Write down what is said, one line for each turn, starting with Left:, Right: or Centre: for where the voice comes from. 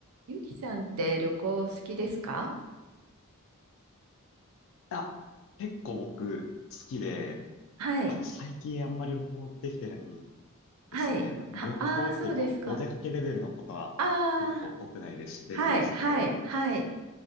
Right: ゆきさんって旅行好きですか
Left: あ、結構僕好きで、
Right: はい。
Left: あの、最近あんまり旅行できてないですね。
Right: はい。
Left: なんか旅行っていうかお、
Right: は、ああ、そうですか。
Left: お出かけレベルのことは結構国内で知ってるんですけど、
Right: ああ、はい、はい、はい。